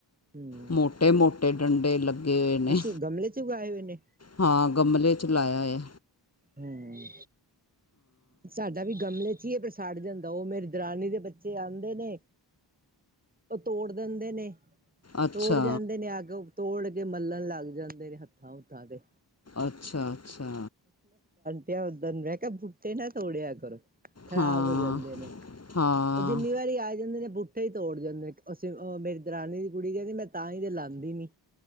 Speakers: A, on the right; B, on the left.
A: ਹਮ
B: ਮੋਟੇ ਮੋਟੇ, ਡੰਡੇ ਲੱ ਗੇ ਹੋਏ ਨੇ
A: ਤੁਸੀਂ ਗਮਲੇ ਚ ਉਗਾਏ ਹੋਏ ਨੇ
B: ਹਾਂ ਗਮਲੇ ਚ ਲਾਇਆ ਹ
A: ਹੂੰ, ਸਾਡਾ ਵੀ ਗਮਲੇ ਚ ਹੀ ਹੈ, ਪਰ ਸੜ ਜਾਂਦਾ ਉਹ ਮੇਰੇ ਦਰਾਨੀ ਦੇ ਬੱਚੇ ਆਦੇ ਨੇ ਉਹ ਤੋੜ ਦਿੰਦੇ ਨੇ,
B: ਅੱਛਾ
A: ਤੋੜ ਜਾਂਦੇ ਨੇ ਅੱਗ ਤੋੜ ਕੇ ਮੱਲਣ ਲੱਗ ਜਾਂਦੇ ਨੇ ਹੱਥਾਂ ਹੁਥਾਂ ਤੇ,
B: ਅੱਛਾ ਅੱਛਾ,
A: ਕਿਹਾ ਔਦਨ ਮੇ ਕਿਹਾ, ਪੱਤੇ ਨਾ ਤੋੜਿਆ ਕਰੋ। ਖ਼ਰਾਬ
B: ਹਾਂ
A: ਹੋ ਜਾਂਦੇ ਨੇ
B: ਹਾਂ
A: ਉਹ ਜਿੰਨੀ ਵਾਰੀ ਆ ਜਾਂਦੇ ਨੇ ਬੂਟੇ, ਉੱਥੇ ਹੀ ਤੋੜ ਜਾਂਦੇ ਅਸੀਂ ਮੇਰੀ ਦਰਾਨੀ ਦੀ ਕੁੜੀ ਕਹਿੰਦੀ ਮੈਂ ਤਾਂ ਹੀ ਤੇ ਲਾਦੀ ਨੀ,